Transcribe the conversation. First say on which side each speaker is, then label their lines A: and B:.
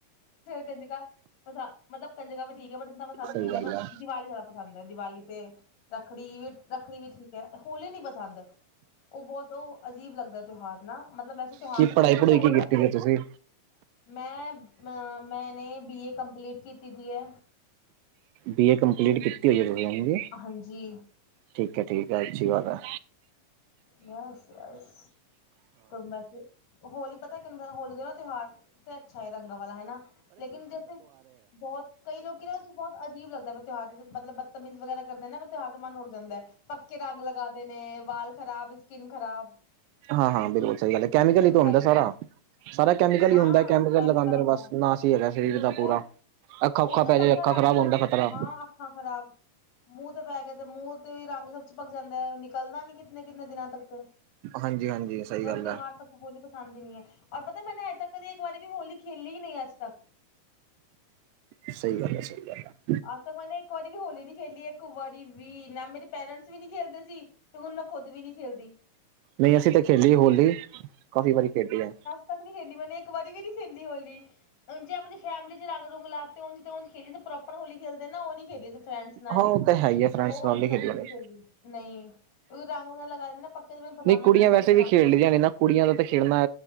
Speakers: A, on the left; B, on the right.
A: ਕੰਜਕਾ ਮਤਲਬ ਕੰਜਿਕਾ ਵੀ ਠੀਕ ਹੈ ਬਟ ਇੰਨਾ ਪਸੰਦ
B: ਸਹੀ
A: ਨਹੀਂ ਮੈਨੂੰ
B: ਗੱਲ ਆ
A: ਦੀਵਾਲੀ ਜ਼ਿਆਦਾ। ਪਸੰਦ ਹੈ ਦੀਵਾਲੀ ਤੇ ਰੱਖੜੀ ਵੀ ਰੱਖੜੀ ਵੀ ਠੀਕ ਹੈ, ਹੋਲੀ ਨੀ ਪਸੰਦ। ਉਹ ਬਹੁਤ ਉਹ ਅਜੀਬ ਲੱਗਦਾ ਤਿਉਹਾਰ ਨਾ ਮਤਲਬ ਵੈਸੇ ਤਿਉਹਾਰ
B: ਕੀ
A: ਤਾਂ
B: ਪੜ੍ਹਾਈ
A: ਬਹੁਤ ਅੱਛਾ
B: ਪੜ੍ਹੂਈ
A: ਹੈ
B: ਕੀ
A: ਉਹ।
B: ਕੀਤੀ ਤੁਸੀਂ
A: ਮੈਂ ਅ ਮੈਂਨੇ ਬੀ ਏ ਕੰਪਲੀਟ ਕੀਤੀ ਦੀ ਹੈ।
B: ਬੀਏ ਕੰਪਲੀਟ ਕੀਤੀ ਹੋਈ ਹੈ <unintelligible>
A: ਹਾਂਜੀ
B: ਠੀਕ ਹੈ ਠੀਕ ਹੈ ਅੱਛੀ ਗੱਲ ਹੈ।
A: ਬਸ ਬਸ ਮੈਂ ਫਿਰ ਹੋਲੀ ਪਤਾ ਕਿਹਨੂੰ ਪ ਹੋਲੀ ਦਾ ਨਾ ਤਿਉਹਾਰ ਤੇ ਅੱਛਾ ਏ ਰੰਗਾਂ ਵਾਲਾ ਹੈ ਨਾ। ਲੇਕਿਨ ਜੈਸੇ ਬਹੁਤ ਕਈ ਲੋਕ ਨਾ ਬਹੁਤ ਅਜੀਬ ਲੱਗਦਾ। ਤਿਉਹਾਰ ਦੇ ਦਿਨ ਮਤਲਬ ਬਦਤਮੀਜ਼ ਵਗੈਰਾ ਕਰਦੇ ਨੇ ਨਾ ਤਿਉਹਾਰ ਦਾ ਮਨ ਉੱਠ ਜਾਂਦਾ ਹੈ ਪੱਕੇ ਰੰਗ ਲਗਾ ਦੇਣੇ। ਵਾਲ ਖਰਾਬ ਸਕਿਨ ਖ਼ਰਾਬ।
B: ਹਾਂ ਹਾਂ ਬਿਲਕੁਲ ਸਹੀ ਗੱਲ ਹੈ ਕੈਮੀਕਲ
A: ਇਸ
B: ਹੀ ਤਾਂ
A: ਕਰਕੇ
B: ਹੁੰਂਦਾ ਸਾਰਾ।
A: ਨਾ
B: ਸਾਰਾ ਕੈਮੀਕਲ
A: ਹਾਂ
B: ਹੀ ਹੁੰਦਾ ਹੈ ਕੈਮੀਕਲ ਲਗਾਉਦੇ
A: ਹੁੰਦਾ
B: ਨੇ ਬਸ ਨਾਸ ਹੀ ਹੈਗਾ ਸਰੀਰ
A: ਬਿਲਕੁਲ
B: ਦਾ ਪੂਰਾ। ਅੱਖਾਂ
A: ਉਹ
B: ਉਖਾਂ
A: ਤੇ
B: ਪੈ
A: ਪੱਕਾ
B: ਜਾਏ ਅੱਖਾਂ ਖਰਾਬ
A: ਰੰਗ
B: ਹੋਣਦਾ ਖਤਰਾ।
A: ਹਾਂ ਅੱਖਾਂ ਖਰਾਬ ਮੂੰਹ ਤੇ ਪੈ ਗਿਆ ਤੇ ਮੂੰਹ ਤੇ ਵੀ ਰੰਗ ਸਭ ਚਿਪਕ ਜਾਂਦਾ ਨਿਕਲਦਾ ਨੀ। ਕਿਤਨੇ ਕਿਤਨੇ ਦਿਨਾਂ ਤੱਕ ਤੇ
B: ਹਾਂਜੀ ਹਾਂਜੀ ਸਹੀ ਗੱਲ
A: ਤਿਉਹਾਰ
B: ਹੈ
A: ਤੱਕ। ਹੋਲੀ ਪਸੰਦ ਹੀ ਨਹੀਂ ਹੈ ਔਰ ਪਤਾ ਮੈਨੇ ਅਜੇ ਤੱਕ ਕਦੇ ਇੱਕ ਵਾਰੀ ਵੀ ਹੋਲੀ ਖੇਲੀ ਹੀ ਨਹੀਂ ਅੱਜ ਤੱਕ।
B: ਸਹੀ ਗੱਲ ਹੈ ਸਹੀ ਗੱਲ ਹੈ
A: ਅਜ ਤਕ ਮੈਨੇ ਇੱਕ ਵਾਰੀ ਵੀ ਹੋਲੀ ਨੀ ਖੇਲੀ ਇੱਕ ਵਾਰੀ ਵੀ ਨਾ ਮੇਰੀ ਪੇਰੈਂਟਸ ਵੀ ਨੀ ਖੇਲਦੇ ਸੀ ਤੇ ਹੁਣ ਮੈਂ ਖੁਦ ਵੀ ਨਹੀਂ ਖੇਲਦੀ
B: ਨਹੀਂ ਅਸੀਂ ਤਾਂ ਖੇਲੀ ਹੋਲੀ ਕਾਫ਼ੀ ਵਾਰੀ ਖੇਡੀ ਹੈ
A: ਤੱਕ ਨਹੀਂ ਖੇਲੀ, ਮੈਨੇ ਇੱਕ ਵਾਰੀ ਵੀ ਨੀ ਖੇਲੀ ਹੋਲੀ ਉਂਜ ਜੈ ਆਪਣੀ ਫੈਮਿਲੀ ਚ ਰੰਗ ਰੂਗ ਲਾਤੇ ਉਂਜ ਤੇਉਂਜ ਖੇਲਣੀ ਏ ਤੇ ਪ੍ਰੌਬਲਮ ਆਪ ਹੋਲੀ ਖੇਲਦੇ ਨਾ ਉਹ ਨੀ ਖੇਲੀ ਫਰੈਂਡਸ ਨਾਲ
B: ਹਾਂ ਉਹ ਤਾਂ ਹੈ ਹੀ ਹੈ ਫਰੈਂਡਸ
A: ਉਹ
B: ਨਾਲ
A: ਕਦੇ
B: ਖੇਡਣੀ
A: ਨਹੀਂ ਖੇਲੀ ਨਹੀਂ ਕਿਉਂਕਿ ਰੰਗ ਵਗੈਰਾ ਲਗਾ ਦਿੰਦੇ ਨਾ ਪੱਕੇ ਮੈਨੂੰ ਪਸੰਦ
B: ਕੁੜੀਆਂ
A: ਨਹੀਂ ਹੈ ਪੱਕੇ
B: ਵੈਸੇ ਵੀ
A: ਰੰਗ
B: ਖੇਡਦੀਆਂ
A: ਵਗੈਰਾ।
B: ਨੇ ਨਾ ਕੁੜੀਆਂ ਦਾ ਤਾਂ ਖੇਡਣਾ